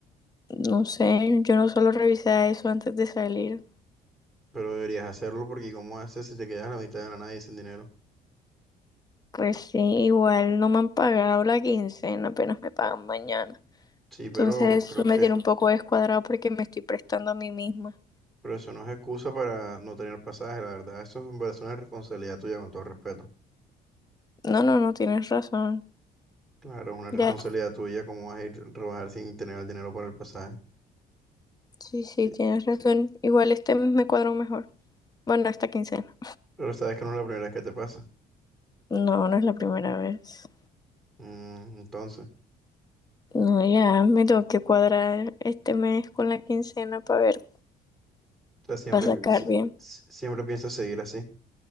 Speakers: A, on the left (about 25°); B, in the centre.
A: No sé, yo no solo revisé eso antes de salir.
B: Pero deberías hacerlo porque ¿cómo haces si te quedas a la mitad de la nada y sin dinero?
A: Pues sí, igual no me han pagado la quincena, apenas me pagan mañana.
B: Sí,
A: Entonces,
B: pero creo
A: eso
B: que,
A: me tiene un poco descuadrado porque me estoy prestando a mí misma.
B: pero eso no es excusa para no tener pasaje, la verdad, eso es, una- es una responsabilidad tuya con todo respeto.
A: No, no, no, tienes razón.
B: Claro, es una responsabilidad
A: Ya,
B: tuya cómo vas a ir a rebajar sin tener el dinero para el pasaje.
A: sí, sí,
B: Y-
A: tienes razón. Igual este mes me cuadro mejor. Bueno, esta quincena.
B: Pero sabes que no es la primera vez que te pasa.
A: No, no es la primera vez.
B: Mm, entonces, o
A: No, ya me tengo que cuadrar este mes con la quincena para ver,
B: sea, siempre,
A: para sacar
B: pi- Mm, si-
A: bien.
B: si- siempre piensas seguir así, y